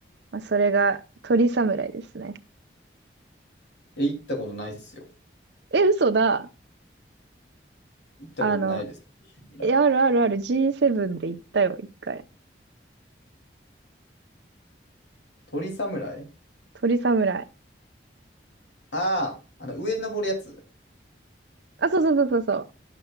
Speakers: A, on the right; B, on the left.
A: まあ、それが鳥侍ですね。
B: え、行ったことないっすよ。
A: え、嘘だ。
B: 行ったことないです。
A: あの、
B: 侍
A: え、あるあるある G7 で行ったよ、一回。
B: 鳥侍
A: 鳥侍。
B: ああー、あの、上登るやつ。
A: あ、そうそうそうそうそう。